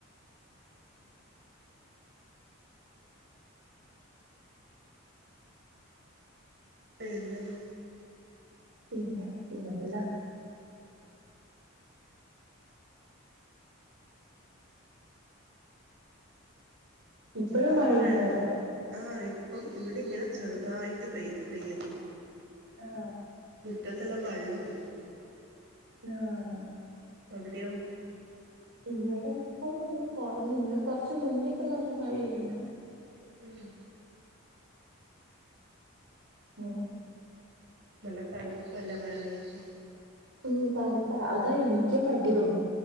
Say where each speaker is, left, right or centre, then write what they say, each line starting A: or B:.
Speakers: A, on the right; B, on the right.
A: ഉം പെര്ന്തല്ല്
B: പിന്നെ പിന്നെന്തല്ല ഇപ്പഴും
A: ഇപ്പ അവിടെ
B: മഴയുണ്ടോ
A: മഴ
B: അവിടെ
A: ആഹ് ഇപ്പം ഇവിടെ ഇങ്ങനെ ചെറുതായിട്ട് പെയതു പെയ്യുന്നു
B: ആഹ്
A: മുറ്റത്തെല്ലാം വെള്ളംണ്ട്
B: ആഹ്
A: അവിടെയോ
B: ഇവിടെപ്പം ഒന്ന് കൊറഞ്ഞു കൊറച്ച് മുന്നെക്കെ നല്ല മഴായിരുന്നു
A: ഉം
B: ങ്ങനെ
A: നല്ല തണുപ്പല്ലെ മഴ പെയ്യുമ്പോ
B: ഉം തണുപ്പാ അതാ എനിക്കും മടിയാവും